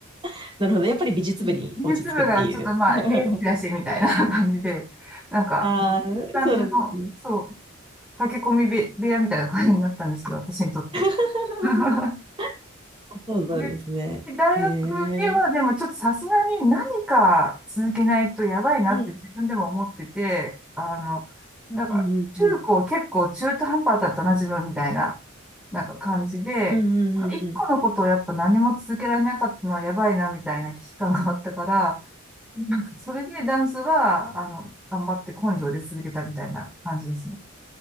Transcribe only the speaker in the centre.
うん技術部がちょっとまあ、
エースだし、みたいな <laughs> 感じで、なんか、
いい感じの、
そう、駆け込み部部屋みたいな感じになったんですけど、私にとって。
<laughs>
ねで、大学ではでもちょっとさすがに何か続けないとやばいなって自分でも思ってて、
あの、
なんか中高結構中途半端だったな自分みたいな、なんか感じで、
一個のことをやっぱ何も続けられなかったのはやばいなみたいな危機感があったから、なんかそれでダンスは、あの、頑張って根性で続けたみたいな感じですね。め